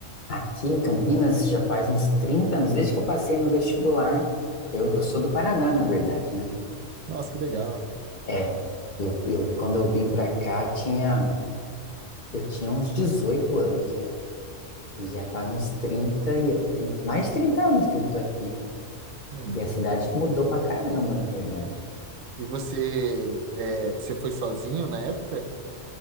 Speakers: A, on the left (about 45°); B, on the right (about 80°).
A: Aqui em Campinas já faz uns 30 anos, desde que eu passei no vestibular. Eu, eu sou do Paraná, na verdade, né?
B: Nossa, que legal.
A: É, eu, eu, quando eu vim pra cá, tinha, eu tinha uns 18 anos, né? E já faz uns trinta e- trinta mais de 30 anos que eu tô aqui.
B: Caramba.
A: E a cidade mudou pra caramba, na verdade.
B: E você, é, você foi sozinho na época?